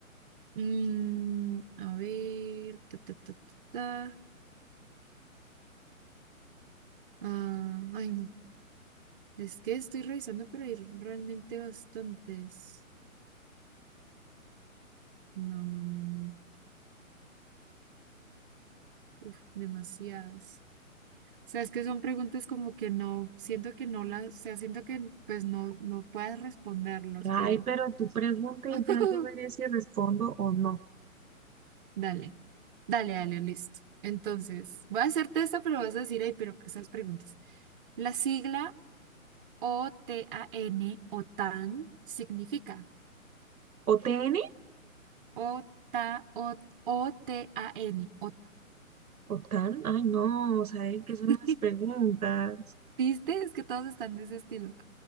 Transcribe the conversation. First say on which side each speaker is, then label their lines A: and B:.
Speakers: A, on the right; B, on the right.
A: Mm, a ver, ta, ta, ta, ta, ta. Ah, ay, no, es que estoy revisando, pero hay realmente bastantes. No, no, no, no. Uf, demasiadas. O sea, es que son preguntas como que no, siento que no las, o sea, siento que pues no, no puedas responderlas,
B: Ay,
A: pero
B: pero tú pregunta
A: <laughs>
B: y ya yo veré si respondo o no.
A: dale, dale, dale, listo. Entonces, voy a hacerte esta, pero vas a decir, ay, pero qué esas preguntas. La sigla OTAN, OTAN, significa
B: ¿O TN?
A: OTA, O- OTAN, OTAN.
B: ¿O TAN? Ay, no, o sea, es que son
A: <laughs>
B: las preguntas.
A: ¿Viste? Es que todos están de ese estilo.